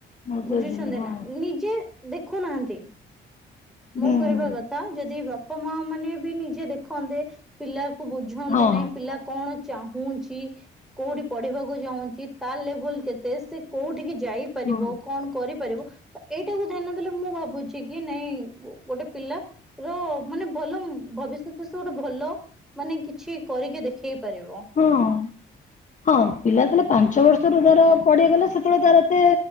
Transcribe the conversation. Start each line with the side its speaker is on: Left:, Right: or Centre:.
Left: ବୁଝୁଛି
Centre: ବୁଝୁଛନ୍ତି
Left: ହଁ
Centre: ନା ନିଜେ ଦେଖୁନାହାନ୍ତି ମୁଁ
Left: ହୁଁ
Centre: କହିବା କ ଥା ଯଦି ବାପା ମା ମାନେ ବି ନିଜେ ଦେଖନ୍ତେ ପିଲାକୁ ବୁଝନ୍ତେ
Left: ହଁ
Centre: ନାଇଁ ପିଲା କଣ ଚାହୁଁଛି କୋଉଠି ପଢିବାକୁ ଚାହୁଁଛି ତା ଲେଭୁଲ କେତେ ସେ କୋଉଠିିକି ଯାଇ ପାରିବ,
Left: ହଁ
Centre: କଣ କରିପାରିବ ତ ଏଇଟାକୁ ଧ୍ୟାନ ଦେଲେ ମୁଁ ଭାବୁଛି କି ନାଇଁ ଗୋଟେ ପିଲା ର ମାନେ ଭଲ ଭବିଷ୍ୟତ ସେ ଗୋଟେ ଭଲ ମାନେ କିଛି କରିକି ଦେଖେଇ- ପାରିବ।
Left: ହଁ। ହଁ, ପିଲା ଯେତେବେଳେ ପାଞ୍ଚ ବର୍ଷ ରୁ ତାର ପଢିଗଲା ସେତେବେଳେ ତାର ଏତେ